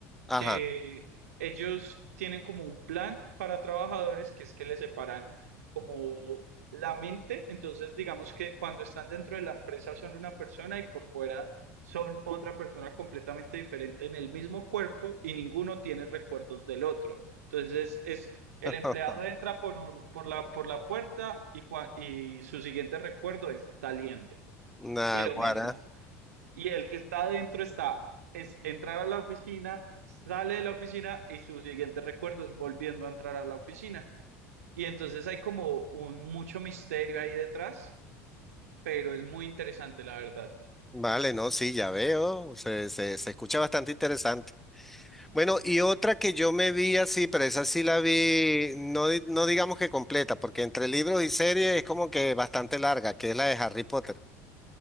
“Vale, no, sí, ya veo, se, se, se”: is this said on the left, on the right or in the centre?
Centre